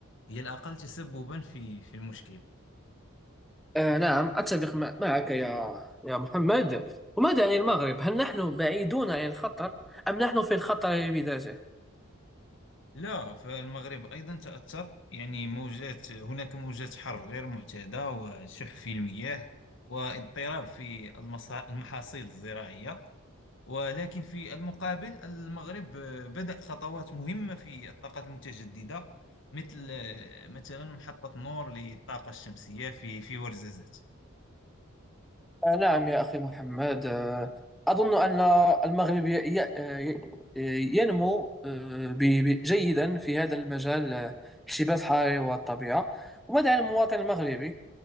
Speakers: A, on the left; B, in the centre.
A: هي الأقل تسببا في في المشكل
B: آه نعم أتفق مع- معك يا يا محمد وماذا عن المغرب هل نحن بعيدون عن الخطر أم نحن في الخطر بذاته
A: لا فالمغرب أيضا تأثر يعني موجات هناك موجات حر غير معتادة وشح في المياه واضطراب في المصا- المحاصيل الزراعية ولكن في المقابل المغرب آه، بدأ خطوات مهمة في الطاقة المتجددة مثل آه، مثلا محطة نور للطاقة الشمسية في في ورزازات
B: آه، نعم يا أخي محمد آه، أظن أن المغرب ي- ي- آه، ينمو آه، ب- ب- جيدا في هذا المجال آه، احتباس الحراري والطبيعة وماذا عن المواطن المغربي؟